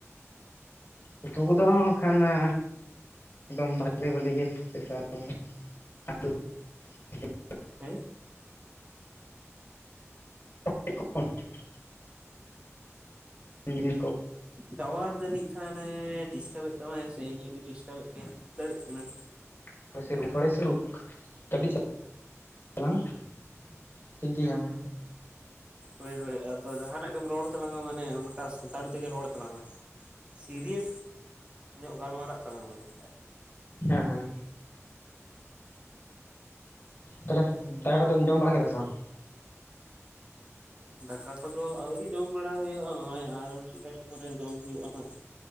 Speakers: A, on the left; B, on the right.
A: ᱩᱛᱩ ᱠᱚᱫᱚ ᱱᱚᱜ-ᱚᱭ ᱱᱚᱝᱠᱟᱱᱟ ᱮᱠᱫᱚᱢ ᱵᱷᱟᱜᱤ ᱵᱷᱟᱞᱤ ᱵᱷᱟᱞᱤ ᱜᱮ ᱱᱮᱛᱟᱨ ᱫᱚ ᱱᱟᱜ ᱟᱛᱳ <inaudible>
B: ᱦᱮᱸ
A: <inaudible> ᱡᱤᱱᱤᱥ ᱠᱚ
B: ᱴᱟᱣᱟᱨ ᱡᱟᱹᱱᱤᱡ ᱠᱷᱟᱱ ᱰᱤᱥᱴᱟᱵ ᱮᱫ ᱛᱟᱢᱟᱭ ᱥᱮ ᱤᱧᱟᱹᱜ ᱜᱮ ᱰᱤᱥᱴᱟᱵ ᱮᱫ ᱛᱤᱧᱟᱹ ᱫᱟᱲᱮ ᱚᱱᱟ
A: <unintelligible> ᱴᱷᱤᱠ ᱜᱮ ᱧᱟᱢᱟ
B: ᱦᱳᱭ ᱦᱳᱭ ᱟᱫᱚ ᱡᱟᱦᱟᱱᱟᱜ ᱜᱮᱢ ᱨᱚᱲ ᱛᱟᱞᱟᱝᱟ ᱢᱟᱱᱮ ᱚᱱᱠᱟ ᱥᱟᱱᱛᱟᱲ ᱛᱮ ᱜᱮ ᱨᱚᱲ ᱛᱟᱞᱟᱝ ᱢᱮ ᱥᱤᱨᱤᱭᱮᱥ ᱧᱚᱜ ᱜᱟᱞᱢᱟᱨᱟᱜ ᱛᱟᱞᱟᱝ ᱢᱮ ᱾
A: ᱦᱮᱸ ᱦᱮᱸ ᱾ ᱛᱟᱦᱚᱞᱮ ᱫᱟᱠᱟ ᱠᱚᱫᱚᱢ ᱡᱚᱢ ᱵᱟᱲᱟ ᱠᱮᱫᱟ ᱥᱮ ᱵᱟᱝ
B: ᱫᱟᱠᱟ ᱠᱚᱫᱚ ᱟᱹᱣᱨᱤ ᱡᱚᱢ ᱵᱟᱲᱟ ᱦᱩᱭᱩᱜᱼᱟ ᱱᱚᱜᱼᱚᱭ ᱟᱨ ᱢᱤᱫ ᱜᱷᱟᱹᱲᱤᱡ ᱯᱚᱨᱮ ᱡᱚᱢ ᱦᱩᱭᱩᱜᱼᱟ ᱱᱟᱸᱜ